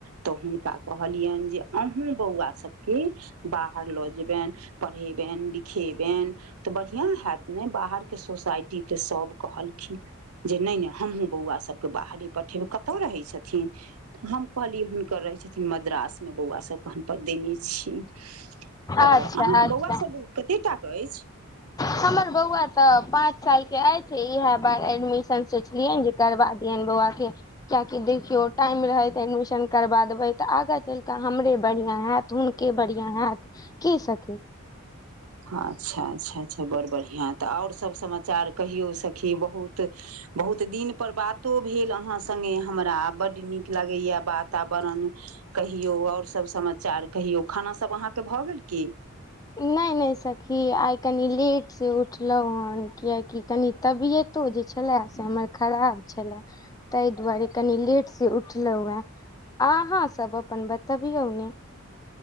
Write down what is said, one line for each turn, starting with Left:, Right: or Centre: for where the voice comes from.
Right: त हुनका कहलियन जे अहूँ बौआ सबके बाहर ल जेबेन पढ़ेबेन लिखेबेन तऽ बढ़िआ हैत ने बाहरके सोसाइटी त सभ कहलखिन जे नहि नहि हमहूँ बौआ सबके बाहरे पठेमे कते रहे छथिन हम कहलिये हुनकर रहे छथिन मद्रासमे बौआ सभके हमपर देने छिय त
Left: अच्छा
Right: अहाँके
Left: अच्छा
Right: बौआसभ कतेटा के अछि
Left: हमर बौआ त पाँच सालके अछि इएह बार एडमिशन सोचलियन जे करबा दियन बौआ के कियाकि देखियो टाइम रहैत एडमिशन करबा देबै त आगाँ चलि क हमरे बढ़िया हैत त हुनके बढ़िया हायत की सखी
Right: अच्छा अच्छा अच्छा बड़ बढ़िया त ओर सब समाचार कहियो सखी बहुत बहुत दिनपर बातो भेल अहाँ संगे हमरा बड्ड नीक लागेय वातावरण कहियो ओर सभ समाचार कहियो खाना सब अहाँके भए गेल की
Left: नहि नहि सखी आइ कनि लेटसँ उठलो हन कियाकि कनि तबियतो जे छै छलै से हमर खराब छलए ताहि दुआरे कनि लेटसँ उठलहुँ हुँ अहाँसभ अपन बताबियो ने